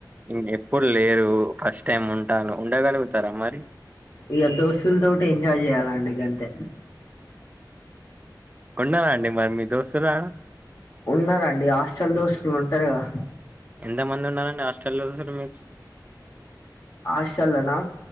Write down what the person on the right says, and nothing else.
ఇన్ ఎప్పుడు లేరు ఫస్ట్ టైం ఉంటారు ఉండగలుగుతారా మరి
ఉన్నారా అండి మరి మీ దోస్తులు ఆడ
ఎంత మంది ఉన్నారండి ఆస్టల్ దోస్తులు మీ